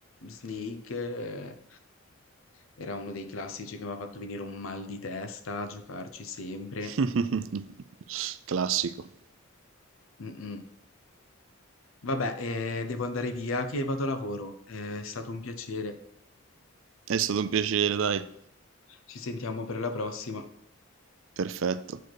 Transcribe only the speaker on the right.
<laughs> Classico.
È stato un piacere, dai.
Perfetto.